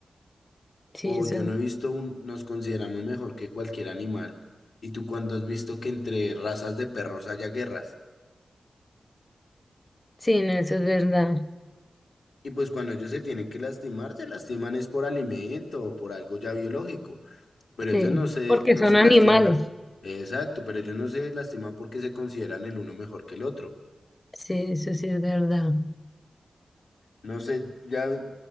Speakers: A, on the left; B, on the left.
A: sí,
B: O
A: eso
B: yo
A: es,
B: no he visto un, nos consideramos mejor que cualquier animal. Y tú cuando has visto que entre razas de perros haya guerras.
A: sí, no, eso es verdad.
B: Y pues cuando ellos se tienen que lastimar, se lastiman es por alimento o por algo ya biológico. Pero ellos
A: Sí,
B: no se,
A: porque
B: no
A: son
B: se
A: animales.
B: lastiman. Exacto, pero ellos no se lastiman porque se consideran el uno mejor que el otro.
A: Sí, eso sí es verdad.
B: No sé, ya eh,